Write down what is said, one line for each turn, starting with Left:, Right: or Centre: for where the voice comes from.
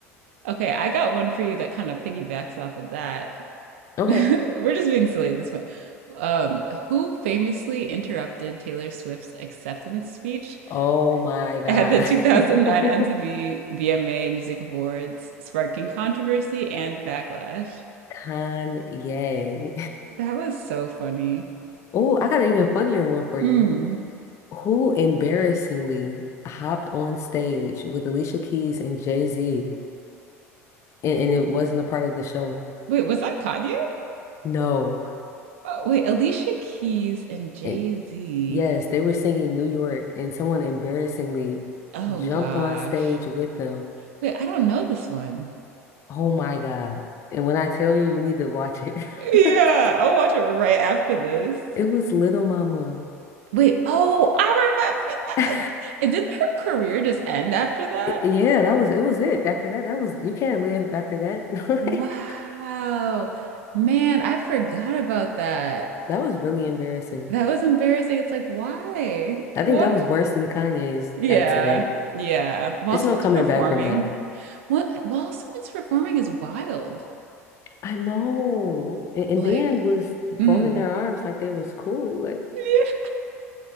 Right: Okay, I got one for you that kind of piggybacks off of that. <laughs>
Left: Okay.
Right: We're just being silly at this point. Um, who famously interrupted Taylor Swift's acceptance speech
Left: Oh my God.
Right: at the 2009
Left: <laughs>
Right: MTV VMA Music Awards, sparking controversy and backlash?
Left: Kanye.
Right: That was so funny.
Left: Oh, I got an even funnier one for
Right: Mm.
Left: you. Who embarrassingly hopped on stage with Alicia Keys and Jay-Z and, and it wasn't a part of the show?
Right: Wait, was that Kanye?
Left: No.
Right: Oh, wait, Alicia Keys and Jay-Z.
Left: And yes, they were singing New York and someone embarrassingly
Right: Oh
Left: jumped
Right: gosh.
Left: on stage with them.
Right: Wait, I don't know this one.
Left: Oh my God. And when I tell you, you need to watch it.
Right: Yeah,
Left: <laughs>
Right: I'll watch it right after this.
Left: It was Little Mama.
Right: Wait, oh, I remember
Left: <laughs> I-
Right: that. And didn't her career just end after that?
Left: Yeah, that was it was it. After that, that was you can't live after that. <laughs> Like,
Right: Wow. Man, I forgot about that.
Left: that was really embarrassing.
Right: That was embarrassing. It's like, why?
Left: I
Right: What?
Left: think that was worse than Kanye's
Right: Yeah.
Left: accident.
Right: Yeah. While
Left: It's
Right: someone's
Left: no coming
Right: performing,
Left: back from that.
Right: what while someone's performing is wild.
Left: <laughs> I know. And, and
Right: Like,
Left: Dan was
Right: mm.
Left: folding their arms like they was cool. Like
Right: Yeah.